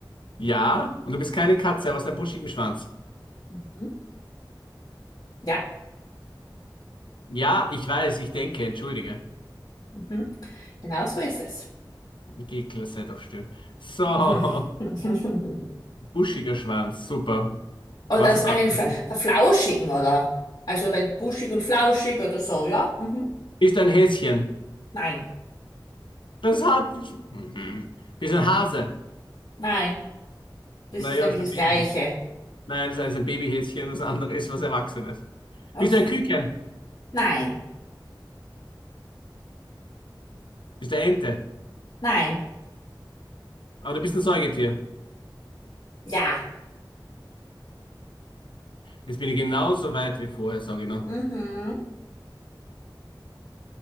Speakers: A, on the left; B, on the left.
A: Ja, und du bist keine Katze, aber hast einen buschigen Schwanz.
B: Mhm. Ja.
A: Ja, ich weiß, ich denke, entschuldige.
B: Mhm. Genau so ist es.
A: Gekler, sei doch still. So,
B: Mhm.
A: <laughs>
B: <laughs>
A: buschiger Schwanz, super.
B: Oder
A: Was
B: so
A: hat
B: einen
A: Alten?
B: Fla- verflauschigen, oder? Also wenn buschig und flauschig oder so, ja? Mhm.
A: Bist ein Häschen.
B: Nein.
A: Das hat. Mhm. Bist ein Hase.
B: Nein. Das
A: Naja,
B: ist nämlich
A: das ist
B: das
A: ein Baby.
B: Gleiche.
A: Nein, das ist ein Babyhäschen, das andere ist was Erwachsenes.
B: Okay.
A: Bist du ein Küken?
B: Nein.
A: Bist du eine Ente?
B: Nein.
A: Aber du bist ein Säugetier.
B: Ja.
A: Jetzt bin ich genauso weit wie vorher, sage ich noch.
B: Mhm.